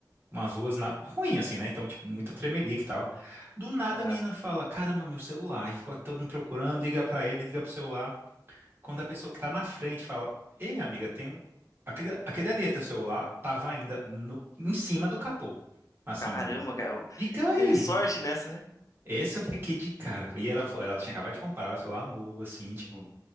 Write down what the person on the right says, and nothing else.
umas ruas na... ruim assim, né? Então, tipo, muita tremelique e tal. Do nada
a menina fala: Caramba, meu celular. E ficou todo mundo procurando, liga pra ele, liga pro celular. Quando a pessoa que tá na frente fala: Ei, amiga, tem um. Aquele, aquele ali é teu celular, tava ainda no... em cima do capô. Assim,
não.
Diga aí!
<laughs>
Essa eu fiquei de cara. pô. E ela, ela tinha acabado de comprar o celular novo, assim, tipo.